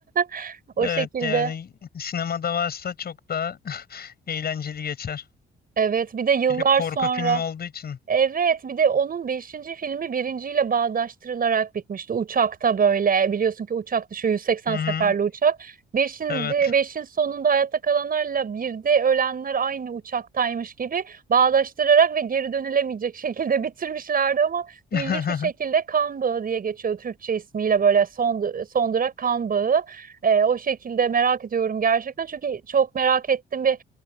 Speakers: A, on the right (about 45°); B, on the left (about 50°).
A: <laughs> O
B: evet
A: şekilde.
B: yani sinemada varsa çok daha <laughs> eğlenceli geçer.
A: Evet, bir de yıllar
B: Bir de korku
A: sonra.
B: filmi olduğu için.
A: Evet, bir de onun beşinci filmi birinciyle bağdaştırılarak bitmişti. Uçakta böyle biliyorsun ki uçak düşüyor 180
B: Hı hı,
A: seferli uçak. 5'in
B: evet.
A: beşin sonunda hayatta kalanlarla bir de ölenler aynı uçaktaymış gibi bağdaştırarak ve geri dönülemeyecek şekilde <laughs> bitirmişlerdi ama
B: <laughs>
A: ilginç bir şekilde kan bağı diye geçiyor Türkçe ismiyle böyle son son durak kan bağı. Ee, o şekilde merak ediyorum gerçekten çünkü çok merak ettim ve